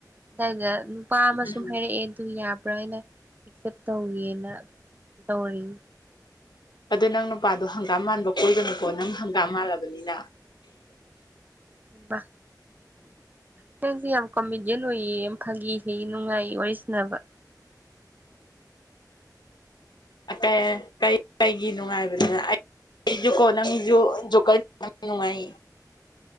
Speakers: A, on the right; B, on the left.
A: ꯑꯗꯥꯏꯗ ꯅꯨꯞ ꯅꯨꯄꯥ ꯑꯃ
B: ꯎꯝ
A: ꯁꯨꯝ ꯍꯥꯏꯔ‌ꯦꯑꯦ ꯑꯗꯨ ꯌꯥꯕ꯭ꯔꯥ ꯍꯥꯏꯅ ꯑꯦꯛꯁꯦꯞ ꯇꯧꯒ‌ꯦꯅ ꯇꯧꯔꯤ
B: ꯑꯗꯣ ꯅꯪ ꯅꯨꯄꯥꯗꯣ ꯍꯪꯒꯥꯝ ꯃꯥꯟꯕ ꯀꯣꯏꯒꯅꯨꯀꯣ ꯅꯪ ꯍꯪꯒꯥꯝ ꯃꯥꯜꯂꯕꯅꯤꯅ
A: ꯎꯝ ꯕꯥ ꯅꯪꯁꯦ ꯌꯥꯝ ꯀꯣꯃꯦꯗꯤꯌꯟ ꯑꯣꯏꯌꯦ ꯌꯥꯝ ꯐꯒꯤ ꯍꯩꯌ‌ꯦ ꯅꯨꯡꯉꯥꯏꯌ‌ꯦ ꯋꯥꯔꯤ ꯁꯟꯅꯕ
B: ꯑꯥ <unintelligible> ꯀꯩꯒꯤ ꯅꯨꯡꯉꯥꯏꯕꯗꯅ ꯑꯩ ꯁꯤꯖꯨꯀꯣ ꯅꯪꯖꯨ ꯖ‌ꯣꯀꯔ <unintelligible> ꯅꯨꯡꯉꯥꯏ